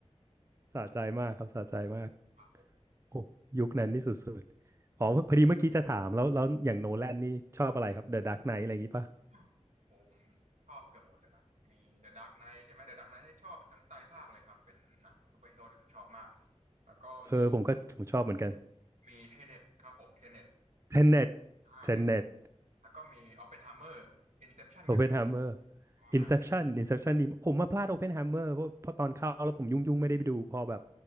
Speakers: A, on the right; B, on the right.
A: ๆสะใจมากครับสะใจมาก
B: ครับผม
A: โอ้ยุคนั้นนี่สุดๆอ๋อพอดีเมื่อกี้จะถามแล้วแล้วอย่างโนแลนนี่ชอบอะไรครับ The Dark Knight อะไรอย่างนี้ป่ะ
B: อืมผมชอบเกือบหมดเลยนะมี The Dark Knight ใช่ไหม The Dark Knight นี่ชอบทั้งไตรภาคเลยครับเป็นหนังซูเปอร์ฮีโร่ที่ผมชอบมากแล้วก็มี
A: เออผมก็ผมชอบเหมือนกัน
B: มีเทเนตครับผมเทเน t ต
A: Tenet
B: อ่าเทเนต
A: Tenet
B: แล้วก็มีออปเพนไฮเมอร์อินเซปชันก็ชอบ
A: Oppenheimer
B: อ่า
A: Inception Inception นี่ผมมาพลาด Oppenheimer เพราะเพราะตอนเข้าแล้วผมยุ่งๆไม่ได้ไปดูพอแบบ